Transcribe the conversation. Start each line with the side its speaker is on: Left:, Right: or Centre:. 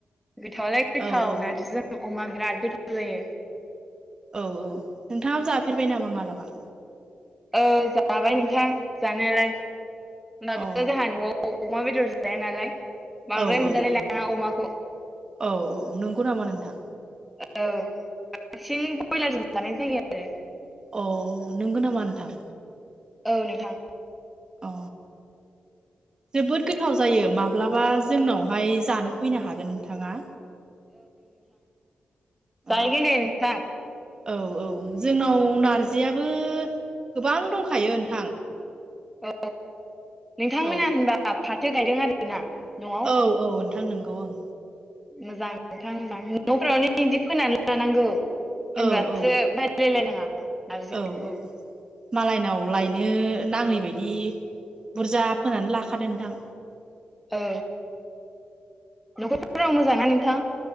Centre: गोथावालाय गोथाव
Right: औ औ
Centre: नारजिजों अमा बिराद गोथाव जायो
Right: औ औ नोंथाङाबो जाफेरबाय नामा मालाबा
Centre: ए जाबाय नोंथां जानायालाय ओमबाबो
Right: अ औ
Centre: जोंहा नआव अमा बेदर जों जाया नालाय
Right: औ
Centre: बांद्राय मोनजालाय लाङा अमाखौ
Right: औ औ नंगौ नामा नोंथां
Centre: औ बांसिन बयलारजों जानाय जायो आरो
Right: अ नोंगौ नामा नोंथां
Centre: औ नोंथां
Right: अ जोबोद गोथाव जायो माब्लाबा जोंनावहाय जानो फैनो हागोन नोंथाङा औ
Centre: जायैगोन दे नोंथां
Right: औ औ जोंनाव नारजियाबो गोबां दंखायो नोंथां
Centre: औ नोंथांमोना
Right: औ
Centre: होनबा फाथो गायदों आरोना न'आव
Right: औ औ नोंथां नंगौ ओं
Centre: मोजां नोंथां मोजां नफ्रावनो इदि फोनानै लानांगौ होनब्लासो
Right: औ औ
Centre: बायलायलायनाङा नारजिखौबो
Right: औ औ मालायनाव लायनो नाङै बायदि बुरजा फोनानै लाखादों नोंथां
Centre: औ न'खरफोराव मोजां ना नोंथां